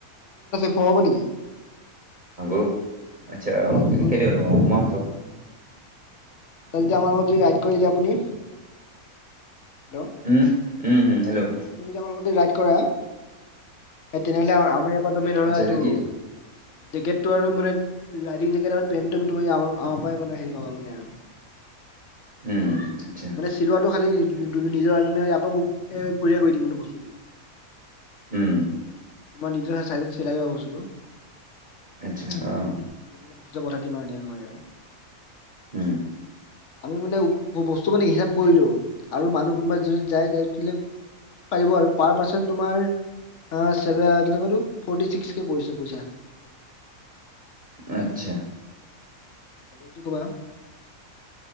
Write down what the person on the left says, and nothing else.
কম হ'ব নেকি?
আমাৰ ৰাইডিং গ্ৰুপ
যদি আমাৰ মতদি ৰাই কৰি দ আপুনি হেল্ল'
তুমি যদি আমাৰ লগতে ৰাইড কৰা তেনেহলে আমাৰ তুমি ধৰা
এইটো
জাকেট টো আৰু মানে ৰাইডিং জাকেট আৰু পেন্ট, তুমি আম আমাৰ পৰাই মানে হেৰি পাবা মানে আৰু
মানে চিলোৱাটো খালি নিজৰ আমি ইয়ক ক কো কৰি দিম মানে বস্তুটো
তোমাৰ নিজৰ চাইজত চিলাই লবা বস্তুতটো
নে বস্তুতে পঠাই দিম আৰু এনেকে কৰি আৰু
আমি মানে বস্তু মানে হিচাপ কৰিলো আৰু মানুহ কোনোবা যদি যায় লে। পাৰিব আৰু পৰা পাছত তোমাৰ ফৰ্টি চিশচ কে পৰিছে পইচা।
জাব যদি কবা